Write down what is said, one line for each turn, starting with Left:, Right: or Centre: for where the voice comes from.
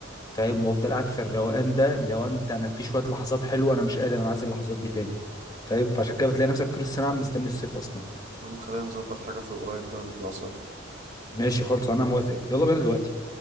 Left: فاهم وافضل قاعد في الروقان ده لو انت انا في شويه لحظات حلوه انا مش قادر انا عايز اللحظات دي تاني فاهم فعشان كده بتلاقي نفسك طول السنه عم مستني الصيف اصلا
Right: يا عم خلينا نظبط حاجة في القريب كده ونطلع سوا
Left: ماشي خالص انا موافق يلا بينا دلوقتي